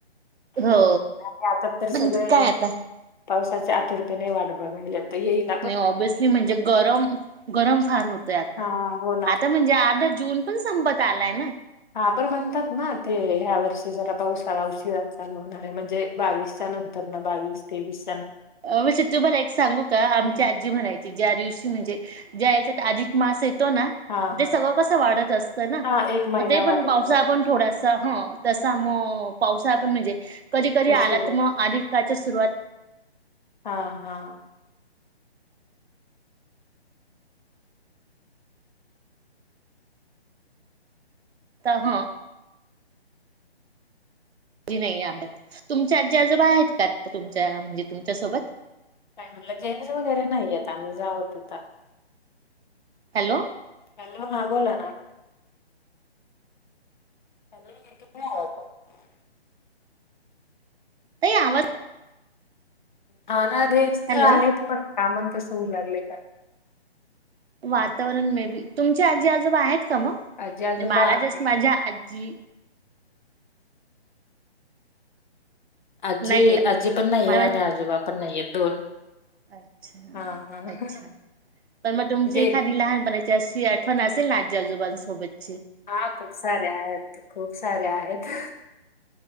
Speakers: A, on the right; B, on the left.
A: हो
B: आणि आता तर
A: पण
B: सगळे
A: काय आता,
B: पावसाच्या आतुरतेने वाट बघायला तर येईल
A: नाही ऑबयसली म्हणजे गरम, गरम फार होतंय आता
B: हां, हो ना.
A: आता म्हणजे अर्धा जून पण स संपत आलाय ना.
B: हा पण म्हणतात ना ते ह्या वर्षी जरा पावसाळा उशीरा चालू होणार आहे म्हणजे बावीसच्या नंतरन बावीस तेवीस
A: अ म्हणजे तुम्हाला एक सांगू का आमची
B: हं.
A: आजी म्हणायची ज्या दिवशी म्हणजे ज्या <inaudible> अधिक मास तो ना?
B: हां,
A: ते
B: हां.
A: सगळं कसं वाढत असतं ना
B: हां, महिना
A: मग ते पण
B: वाढतं,
A: पावसा आपण थोड अस ह तसा मग पावसाला पण म्हणजे कधी कधी
B: उशिरा.
A: आला त मग आधी <inaudible> सुरुवात
B: हा हा.
A: त ह <inaudible> नाही आवडत. तुमच्या आजी आजोबा आहेत का तुमच्या म्हणजे अ तुमच्यासोबत?
B: काय म्हणला? जेंस वगैरे नाहीएत आम्हीच आहोत आता.
A: हॅलो
B: हॅलो हा बोला ना. हॅलो येतो <inaudible>
A: ते आवाज
B: हा ना तेच तर
A: हॅलो
B: आहे पण कामन तसं होऊ लागले का
A: वातावरण मे बी, तुमची आजी आजोबा आहेत? का मग?
B: आजी आजोबा
A: मला
B: आहे
A: जस् माझ्या आ जी
B: आजी
A: नाहीये
B: आजी पण नाहीये
A: मला
B: आणि आजोबा पण नाहीय दोन
A: अच्छा
B: हा हा म्हणजे
A: अच्छा पण मग तुमची एखादी
B: एक
A: लहानपणाच्या अशी आठवन असे ना आजी- आजोबांसोबत
B: हा खूप सारे आहेत खूप सारे आहेत.